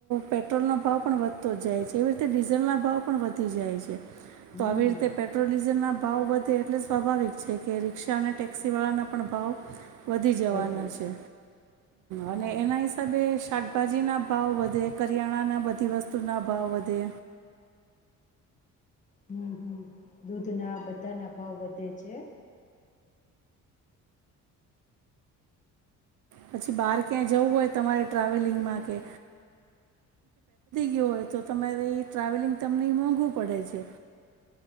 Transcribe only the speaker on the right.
પેટ્રોલનો ભાવ પણ વધતો જ જાય છે એવી રીતે ડીઝલના ભાવ પણ વધી જાય છે.
તો આવી રીતે પેટ્રોલ ડીઝલ ના ભાવ વધે એટલે સ્વાભાવિક છે કે રિક્ષા અને ટેક્સીવાળાના પણ ભાવ વધી જવાના
છે. અને
એના હિસાબે શાકભાજી ના ભાવ વધે કરિયાણાના બધી વસ્તુના ભાવ વધે.
પછી બહાર જવું હોય, તમારે ટ્રાવેલિંગમાં કે ગયો હોય, તો તમારી ટ્રાવેલિંગ તમને મોંઘવું પડે છે